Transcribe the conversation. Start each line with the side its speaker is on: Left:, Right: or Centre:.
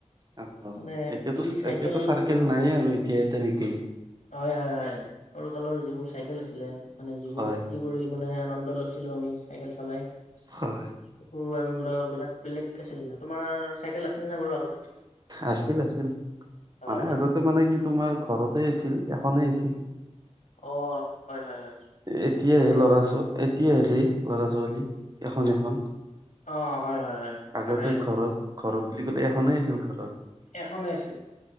Right: অ অ।
Left: মানে
Right: এতিয়াটো
Left: এই
Right: এতিয়াটো চাইকেল
Left: উম
Right: নাইয়ে আৰু এতিয়া তেনেকে।
Left: হয় হয় হয় সৰু কালৰ যিবোৰ চাইকেল আছিলে মানে যিবোৰ
Right: হয়
Left: ফূৰ্তি ৰ্তি কৰি মানে আনন্দ লৈছিলো আমি চাইকেল চলাই
Right: হয়
Left: সেইবোৰ আনন্দ বিৰাট বেলেগ আছিল কিন্তু। তোমাৰ চাইকেল আছিল নে বাৰু আগতে?
Right: আছিল আছিল
Left: হয়,
Right: মানে আগতে মানে কি তোমাৰ ঘৰতে আছিল এখনেই আছিল।
Left: অ', হয়, হয়, হয়
Right: এতিয়াহে
Left: তাকে
Right: ল'ৰা-ছোৱা এতিয়াহে দেই ল'ৰা-ছোৱালী এখন এখন।
Left: অ', হয়, হয়, হয়,
Right: আগতে
Left: তাকে
Right: ঘৰত ঘৰত বুলি ক'লে এখনেই আছিল ঘৰত।
Left: এখনেই আছিল